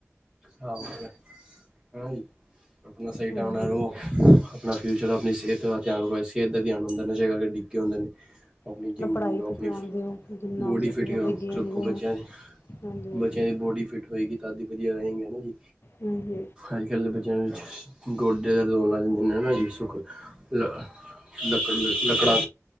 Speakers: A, on the right; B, on the left.
A: ਹਾਂ ਆਪਣਾ ਹਨਾ ਜੀ ਆਪਣਾ ਸਹੀ
B: ਹਾਂਜੀ
A: ਢੰਗ ਨਾਲ ਰਵੋ। ਆਪਣਾ ਫਿਊਚਰ ਆਪਣੀ ਸਿਹ ਦਾ ਧਿਆਨ ਰੱਖੋ ਸਕ ਸਿਹਤ ਦਾ ਧਿਆਨ ਹੁੰਦਾ ਨਸ਼ੇ ਕਰਕੇ ਡਿੱਗੇ ਹੁੰਦੇ ਨੇ ਆਪਣੀ
B: ਆਪਣਾ
A: ਜਿਮ
B: ਪੜ੍ਹਾਈ
A: ਜੂਮ ਜਾਓ
B: 'ਤੇ
A: ਆਪਣੀ
B: ਧਿਆਨ ਦਿਓ ਜਿੰਨਾ
A: ਬੋਡੀ
B: ਹੋ ਸਕੇ
A: ਫਿਟ
B: ਜਾਂ ਕੋਈ ਗੇਮ
A: ਰੱਖੋ
B: ਗੂਮ
A: ਬੱਚਿਆਂ ਦੀ।
B: ਹਾਂਜੀ ਹਾਂਜੀ
A: ਬੱਚਿਆਂ ਦੀ ਬੋਡੀ ਫਿਟ ਹੋਏਗੀ ਤਦੀ ਵਧੀਆ ਰਹੇਗੀ ਹਨਾ ਜੀ।
B: ਹਾਂਜੀ
A: ਅਜ ਕੱਲ ਦੇ ਬੱਚਿਆਂ ਨੂੰ ਗੋਡੇ ਦਰਦ ਹੋਣ ਲੱਗ ਜਾਂਦੇ ਨੇ ਹਨਾ ਜੀ ਸੁੱਕ ਲੱਕੜ ਲੱਕੜਾਂ